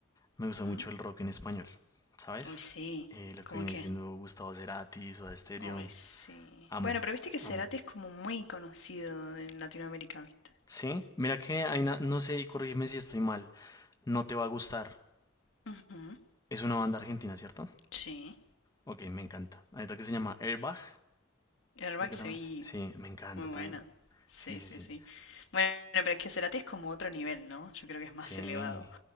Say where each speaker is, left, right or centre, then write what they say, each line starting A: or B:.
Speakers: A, on the left; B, on the left.
A: me gusta
B: Ujú.
A: mucho el rock en español, ¿sabes?
B: Uy, sí.
A: Eh, lo
B: ¿Cómo
A: que viene
B: qué?
A: siendo Gustavo Cerati, Soda Stereo,
B: Uy, sí.
A: amo,
B: Bueno, pero viste que
A: amo.
B: Cerati es como muy conocido en Latinoamérica, ¿viste?
A: Sí, mira que hay na- no sé, y corrígeme si estoy mal, no te va a gustar.
B: Ujú,
A: Es una banda argentina, ¿cierto?
B: Sí.
A: Ok, me encanta. Hay otra que se llama Airbag.
B: Airbag
A: Creo que
B: se
A: también.
B: vi?
A: Sí, me encanta
B: Muy
A: también.
B: bueno. Sí,
A: Sí, sí,
B: sí,
A: sí.
B: sí. Bueno, pero es que Cerati es como otro nivel, ¿no? Yo creo que es más
A: Sí.
B: elevado.